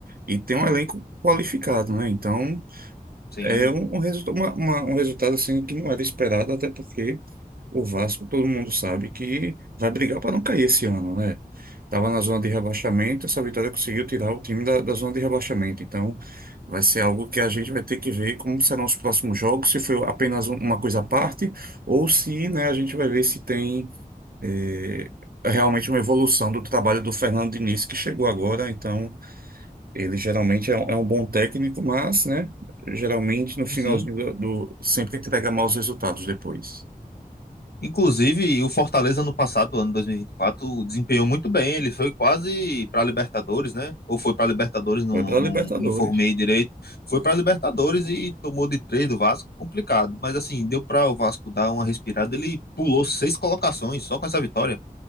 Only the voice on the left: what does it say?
Sim,
sim,
sim.
Inclusive, o Fortaleza no passado, ano dois mil e e vinte e quatro desempenhou muito bem. Ele foi quase para Libertadores, né? Ou foi para Libertadores, não,
não
me informei direito. Foi para Libertadores e tomou de três do Vasco, complicado. Mas assim, deu para o Vasco dar uma respirada. Ele pulou seis colocações só com essa vitória.